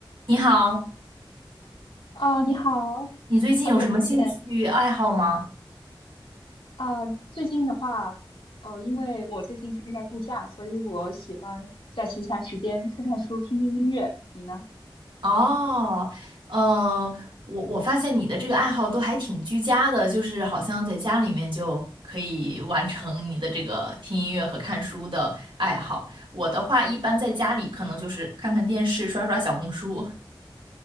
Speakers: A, on the right; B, on the left.
A: 你好，
B: 啊，你好，
A: 你最近有什么兴趣爱好吗？
B: 好久不见啊！最近的话，呃，因为我最近正在度假，所以我喜欢在闲暇时间看看书、听听音乐。你呢？
A: 哦，呃，我我发现你的这个爱好都还挺居家的，就是好像在家里面就可以完成你的这个听音乐和看书的爱好。我的话，一般在家里可能就是看看电视、刷刷小红书。